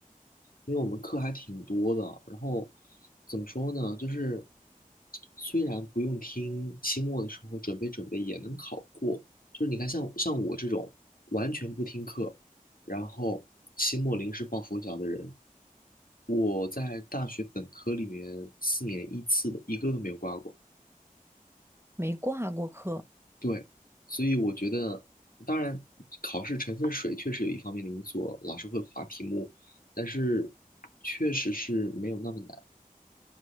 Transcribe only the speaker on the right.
没挂过科。